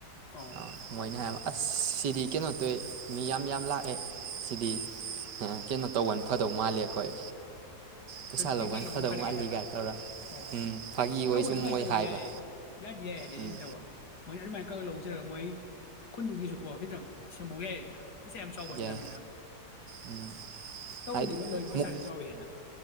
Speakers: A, on the left (about 65°); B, on the right (about 70°).
A: ꯑꯣ
B: ꯑ ꯃꯣꯏꯅꯦꯍ ꯑꯁ ꯁꯤꯗꯤ ꯀꯩꯅꯣ ꯇꯧ ꯃꯤ ꯌꯥꯝ ꯌꯥꯝ ꯂꯥꯛꯑꯦ ꯁꯤꯗꯤ ꯀꯩꯅꯣ ꯇꯧꯕꯅ ꯐꯗꯧ ꯃꯥꯜꯂꯦ ꯑꯩꯈꯣꯏ ꯄꯩꯁꯥ ꯂꯧꯕꯅ
A: ꯇꯤꯛꯀꯦꯠ ꯂꯧꯕ
B: ꯐꯗꯧ
A: ꯐꯔꯦꯒꯦ
B: ꯃꯥꯜꯂꯤ
A: ꯍꯥꯏꯕ꯭ꯔꯥ
B: ꯀꯥꯏ ꯇꯧꯔ
A: ꯑꯣ
B: ꯎꯝ ꯐꯥꯒꯤ ꯑꯣꯏ
A: ꯇꯧꯕ
B: ꯁꯨꯝ
A: ꯁꯨꯃꯥꯏꯅ
B: ꯃꯣꯏ
A: ꯇꯧꯕ
B: ꯍꯥꯏꯕ
A: ꯌꯥꯏꯌꯦ ꯌꯥꯗꯤ ꯌꯥꯏꯌꯦ ꯍꯥꯏꯗꯤ
B: ꯎꯝ
A: ꯑꯗꯨ ꯇꯧꯕ ꯃꯣꯏ ꯑꯗꯨꯃꯥꯏꯅ ꯈꯛ ꯂꯧꯖꯔꯒ ꯃꯣꯏ ꯈꯨꯟꯗꯨꯒꯤꯁꯨꯀꯣ ꯈꯤꯇꯪ ꯁꯦꯝꯍꯧ ꯌꯥꯏꯌꯦꯗ ꯄꯩꯁꯥ ꯌꯥꯝ ꯆꯥꯎꯕ ꯅꯠꯇꯕꯅꯤꯅ
B: ꯌꯥꯏ ꯎꯝ
A: ꯇꯧꯕꯅꯤ
B: ꯍꯥꯏꯗꯤ
A: ꯃꯣꯏ ꯂꯣꯏ ꯄꯩꯁꯥꯗꯤ
B: ꯃꯨꯛ
A: ꯆꯥꯎꯋꯤ ꯍꯦꯅ